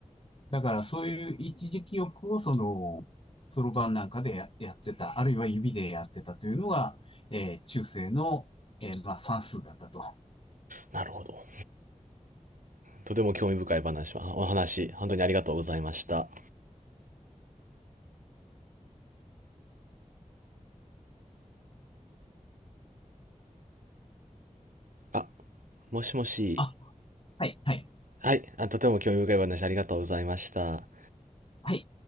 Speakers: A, on the left; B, on the right.
A: だからそういう一時記憶をその、そろばんなんかでや、やってた、あるいは指でやってたというのが、えー中世の、えーまあ、算数だったと。
B: なるほど。とても興味深い話は、お話、本当にありがとうございました。あ、もしもし。
A: あ、はい、はい、
B: はい。あ、とても興味深い話ありがとうございました。
A: はい。